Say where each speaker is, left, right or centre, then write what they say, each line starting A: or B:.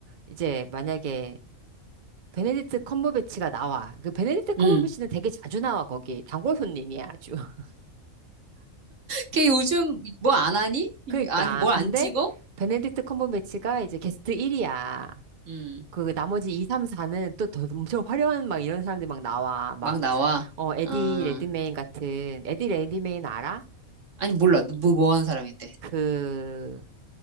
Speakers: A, on the right; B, on the right.
A: 이제 만약에, 베네딕트 컴버배치가 나와. 그 베네딕트 컴버배치는
B: 음.
A: 되게 자주 나와 거기. 단골 손님이야 아주. <laughs>
B: 걔 요즘 뭐 안 하니?
A: 그러니까
B: 아니, 뭘
A: 근데
B: 안 찍어?
A: 베네딕트 컴버배치가 이제 게스트 1이야.
B: 음,
A: 그 나머지 2, 3, 4는 또 더 엄청 화려한 막 이런 사람들이 막 나와. 막
B: 막 나와.
A: 어 에디
B: 아,
A: 레드메인 같은 에디 레드메인 알아?
B: 아니, 몰라. 누 뭐, 뭐 하는 사람인데.
A: 그